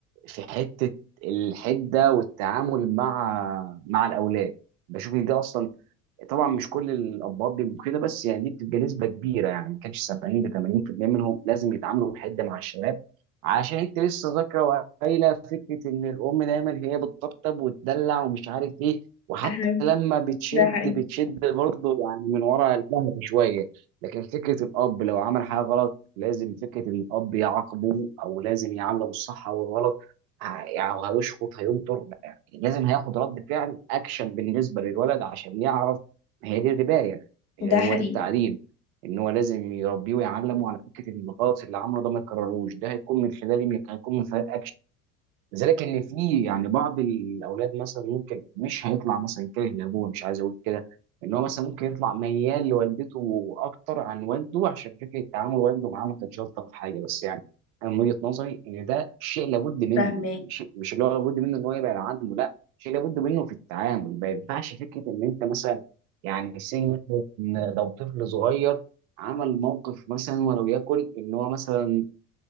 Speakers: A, on the right; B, on the left.
A: في حته الحده والتعامل مع مع الاولاد بشوف ان دي اصلا طبعا مش كل الاباء بيبقوا كده بس يعني دي بتبقى نسبه كبيره يعني ما كانش 70 ل 80% منهم لازم يتعاملوا بحده مع الشباب عشان انت لسه ذاكره وقايله فكره ان الام دايما هي بتطبطب وتدلع ومش عارف ايه وحتى
B: ده حقيقي
A: لما بتشد
B: ده حقيقي
A: بتشد برضه يعني من ورا الظهر شويه لكن فكره الاب لو عمل حاجه غلط لازم فكره ان الاب يعاقبه او لازم يعامله بالصح او الغلط ه- يعني هيشخط هينطر يعني لازم هياخد رد فعل اكشن بالنسبه للولد عشان يعرف هي دي الرباية هي
B: ده
A: هو
B: حقيقي
A: ده التعليم ان هو لازم يربيه ويعلمه على فكره ان الغلط اللي عمله ده ما يكرروش ده هيكون من خلال مين؟ هيكون من خلال لذلك ان في يعني بعض الاولاد مثلا ممكن مش هيطلع مثلا كاره لابوه مش عايز اقول كده ان هو مثلا ممكن يطلع ميال لوالدته اكتر عن والده عشان فكره تعامل والده معاه ما كانتش الطف حاجه بس يعني انا من وجهه نظري ان ده شيء لابد منه
B: فاهمة
A: يعني شيء مش اللي هو لابد منه ان هو يبعد عنه لا شيء لابد منه في التعامل ما ينفعش فكره ان انت مثلا يعني سي مثلا إن لو طفل صغير عمل موقف مثلا ولو يكن ان هو مثلا